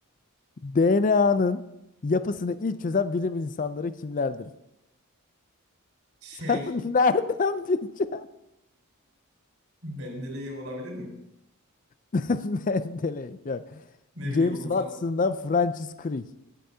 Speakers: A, on the left; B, on the right.
A: DNA'nın yapısını ilk çözen bilim insanları kimlerdir? <laughs>
B: Şey
A: Sen nereden bileceksin?
B: Mendeleyev olabilir mi?
A: <laughs> Mendeley. Yok.
B: Ne
A: James
B: bileyim onun
A: Watson'dan
B: fa...
A: Francis Crick.